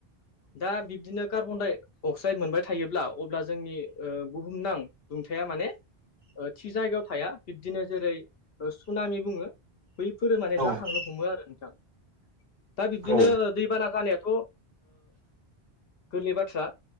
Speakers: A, on the left; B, on the right.
A: दा बिब्दिनो कार्बन अक्साइड मोनबाय थायोब्ला अब्ला जोंनि बुहुमनां दुंथाया माने थि जायगायाव थाया बिब्दिनो जेरै सुनामि बुङो बैफोरो माने
B: औ
A: जाखांनो हमो आरो नोंथां दा बिब्दिनो
B: औ नोंथां औ नोंथां औ नोंथां औ नोंथां औ नोंथां औ
A: दैबाना जानायाथ' गोरलै बाथ्रा